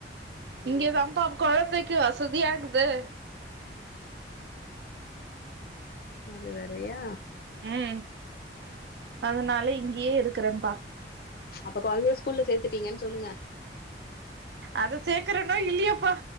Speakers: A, on the right; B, on the left.
A: இங்க தாம்பா கொழந்தைக்கு வசதியா இக்குது
B: அது வேறயா
A: ம் அதனால இங்கயே இருக்கறே ப்பா
B: அப்ப கொழந்தைய ஸ்கூல்ல சேத்துட்டீங்கன்னு சொல்லுங்க
A: அத சேக்கறனோ இல்லையேப்பா